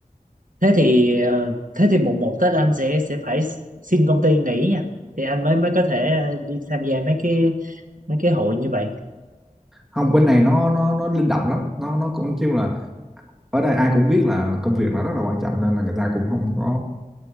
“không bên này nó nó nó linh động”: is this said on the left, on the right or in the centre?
Centre